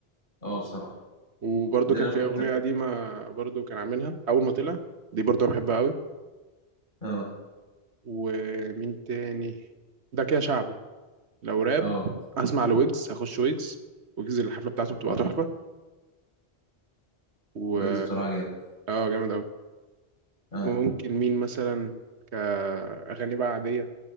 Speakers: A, on the left; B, on the right.
A: اه بصراحه
B: وبرضه
A: ده
B: كان
A: انا
B: في
A: كنت
B: أغنية قديمة برضه كان عاملها أول ما طلع دي برضه أنا بحبها أوي
A: اه
B: ومين تاني ده كده شعبي لو راب
A: اه
B: هسمع لويجز هخش ويجز ويجز الحفلة بتاعته بتبقى
A: اه
B: تحفة و
A: ويجز بصراحه جامد
B: اه جامد أوي
A: اه
B: وممكن مين مثلا كأغاني بقى عادية